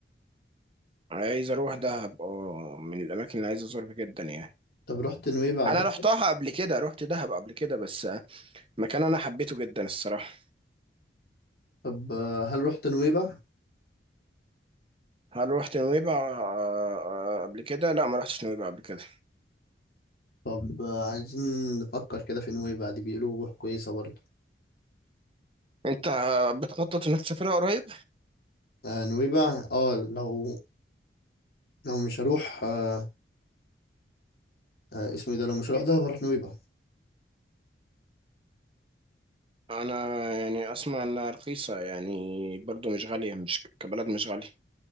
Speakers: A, on the right; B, on the left.
A: عايز اروح دهب اه من الاماكن اللي عايز ازورها جدا يعني
B: طب رحت نويبع قبل
A: انا
B: كده؟
A: رحتها قبل كده رحت دهب قبل كده بس آه، مكان انا حبيته جدا الصراحه
B: طب آه، هل رحت نويبع؟
A: هل رحت نويبع آه، آه، قبل كده لا ما رحتش نويبع قبل كده
B: طب آه، عايزين نفكر كده في نويبع دي بيقولوا روح كويسة برضه
A: انت بتخطط انك تسافرها قريب
B: آه، نويبع اه لو لو مش هروح آه، آه، اسمه إيه ده لو مش هروح دهب هروح نويبع
A: انا يعني اسمع انها رخيصه يعني برضو مش غاليه مش كبلد مش غاليه